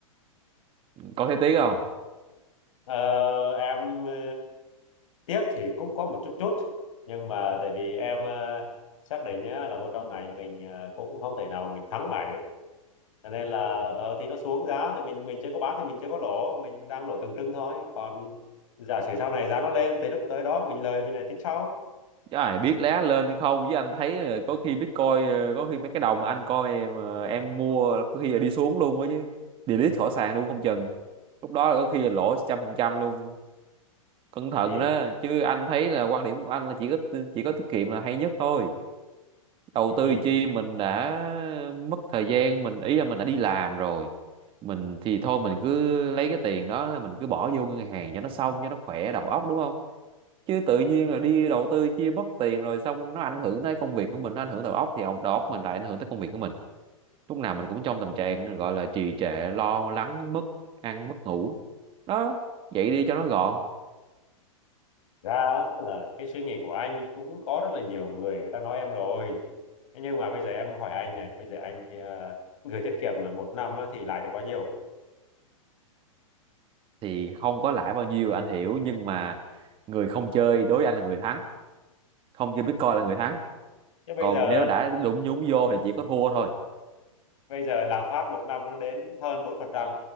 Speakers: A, on the right (about 30°); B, on the left (about 65°).
A: Có thấy tiếc không?
B: Ờ, em ờ, tiếc thì cũng có một chút chút, nhưng mà tại vì em ờ, xác định nhá là vô trong này mình ờ, cũng không thể nào mà mình thắng mãi được Cho nên là ờ, thì nó xuống giá thì mình mình chưa có bán thì mình chưa có lỗ mình đang lỗ tượng trưng thôi còn giả sử sau này giá nó lên thì lúc tới đó mình lời mình lại tính sau
A: Trời biết lá lên hay không chứ anh thấy là có khi Bitcoin ờ, có khi mấy cái đồng mà anh coi em ờ, em mua là có khi là đi xuống luôn á chứ delete khỏi sàn luôn không chừng lúc đó là có khi là lỗ trăm phần trăm luôn cẩn thận
B: gì
A: đó chứ anh thấy là quan điểm của anh là chỉ có chỉ có tiết kiệm là hay nhất thôi đầu
B: cái
A: tư
B: gì
A: chi mình đã mất thời gian mình ý là mình đã đi làm rồi mình thì thôi mình cứ lấy cái tiền đó mình cứ bỏ vô ngân hàng cho nó xong cho nó khỏe đầu óc đúng không chứ tự nhiên là đi đầu tư chia mất tiền rồi xong nó ảnh hưởng tới công việc của mình nó ảnh hưởng đầu óc thì ông đầu óc mình lại ảnh hưởng tới công việc của mình lúc nào mình cũng trong tình trạng gọi là trì trệ lo lắng mất ăn mất ngủ đó vậy đi cho nó gọn
B: ra á là cái suy nghĩ của anh cũng có rất là nhiều người người ta nói em rồi Thế nhưng mà bây giờ em hỏi anh này bây giờ anh ờ, gửi tiết kiệm mà một năm á thì lãi được bao nhiêu
A: thì không có lãi bao nhiêu anh hiểu nhưng mà người không chơi đối với anh là người thắng không chơi Bitcoin là người thắng
B: chứ bây
A: còn
B: giờ
A: nếu đã đụng nhúng vô thì chỉ có thua thôi
B: bây giờ lạm phát một năm nó đến hơn bốn phần trăm